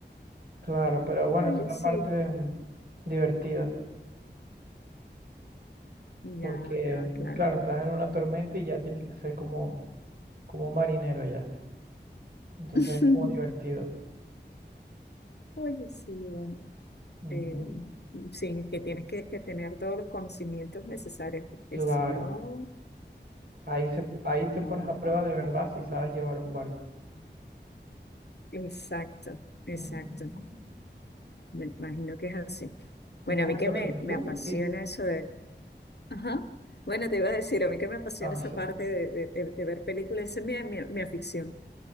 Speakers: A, on the right; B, on the left.
A: claro, pero bueno,
B: Oye,
A: esa es la
B: sí.
A: parte mm, divertida,
B: Ya,
A: porque
B: ya,
A: mm,
B: claro.
A: claro, estás en una tormenta y ya tienes que ser como, como un marinero ya. Entonces
B: <laughs>
A: es como divertido.
B: Oye, sí, bueno.
A: Ujú.
B: Eh, sí, que tienes que, que tener todos los conocimientos necesarios, porque
A: Claro,
B: si no,
A: ahí, se, ahí te
B: no,
A: pones a prueba
B: no, no,
A: de verdad
B: no.
A: si sabes llevar un barco.
B: Exacto, exacto.
A: Ujú.
B: Me imagino que es así.
A: Y
B: Bueno,
A: cuéntame,
B: a mí que me,
A: ¿y tú?
B: me apasiona
A: Sí.
B: eso Ajá. Bueno, te iba a decir, a mí que me apasiona
A: Ah,
B: esa
A: sí.
B: parte de, de- de- de ver películas, esa es mi, mi, mi afición,